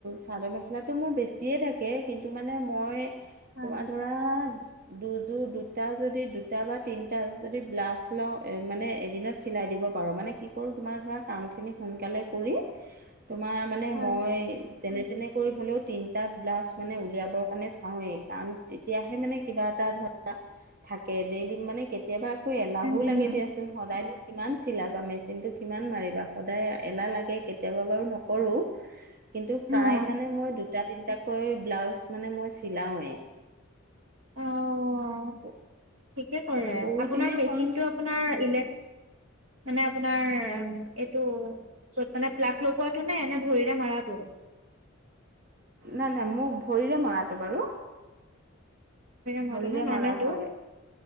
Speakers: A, on the right; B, on the right.
A: চাদৰ মেখেলাটো মোৰ বেছিয়ে থাকে কিন্তু মানে মই
B: হয়,
A: তোমাৰ ধৰা দুযোৰ দুটা যদি দুটা বা তিনিটা যদি ব্লাষ্ট লওঁ মানে এদিনত চিলাই দিব পাৰো মানে কি কৰো তোমাৰ ধৰা কাম খিনি সোনকালে কৰি তোমাৰ মানে
B: হয়,
A: মই যেনে তেনে কৰি হ'লেও তিনিটা ব্লাউজ মানে উলিয়াবৰ কাৰণে চাওঁৱেই কাৰণ তেতিয়াহে মানে কিবা এ ধৰা থাকে দিম মানে কেতিয়াবা আকৌ এলাহো
B: উম, উম,
A: লাগে দিয়াচোন সদায়ন কিমান চিলাবা মেচিনটো কিমান মাৰিবা সদায় এলাহ লাগে কেতিয়াবা বাৰু নকৰোঁ কিন্তু
B: অ',
A: প্ৰায় মানে মই দুটা তিনিটাকৈ ব্লাউজ মানে মই চিলাওঁৱেই
B: অ',
A: <unintelligible>
B: ঠিকে কৰে
A: বহুত
B: আপোনাৰ
A: দিনে
B: মেচিনটো
A: হ'ল
B: আপোনাৰ ইলেক মানে আপোনাৰ এইটো যত মানে প্লাক লগোৱাটো নে নে ভৰিৰে মাৰাটো
A: নাই নাই মোক ভৰিৰে মৰাটো বাৰু
B: মৰাটো
A: ভৰিৰে
B: ন নৰ্মেলটো?
A: মাৰা হয়